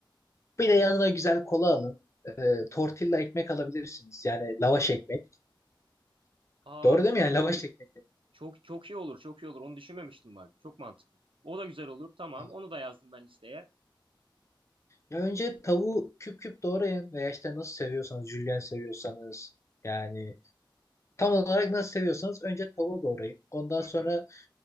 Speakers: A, on the left (about 35°); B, on the right (about 80°).
A: bir de yanına güzel kola alın. Ee, tortilla ekmek alabilirsiniz. Yani lavaş ekmek.
B: Aa
A: Doğru değil
B: cidden
A: mi? Yani
B: çok
A: lavaş ekmek. de.
B: Çok çok iyi olur, çok iyi olur. Onu düşünmemiştim bak. Çok mantıklı. O da güzel olur. Tamam,
A: Ha.
B: onu da yazdım ben listeye.
A: Ya önce tavuğu küp küp doğrayın veya işte nasıl seviyorsanız, jülyen seviyorsanız yani tam olarak nasıl seviyorsanız önce tavuğu doğrayın. Ondan
B: Hı
A: sonra
B: hı,